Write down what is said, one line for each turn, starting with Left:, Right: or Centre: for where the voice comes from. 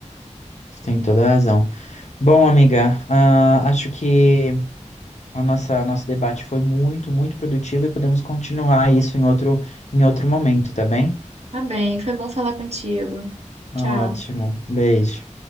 Left: Você tem toda a razão. Bom, amiga, ah, acho que a nossa nosso debate foi muito, muito produtivo e podemos continuar isso em outro, em outro momento, tá bem?
Right: Tá bem, foi bom falar contigo.
Left: Ótimo,
Right: Tchau.
Left: beijo.